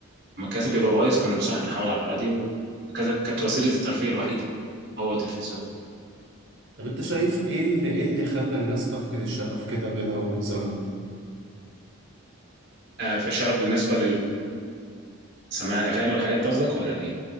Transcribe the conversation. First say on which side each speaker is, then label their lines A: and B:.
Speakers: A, on the right; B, on the right.
A: لما الكاسيت بيبقى بايظ كنا بنصح بنحاول على الراديو كذا- كانت وسيلة الترفيه الوحيدة هو تلفزيون
B: طب انت شايف ايه اللي ايه اللي خلى الناس تفقد الشغف كده بينها وبين زمان
A: آه في شغف بالنسبه للسماع الاغاني والحاجات دي قصدك ولا الايه؟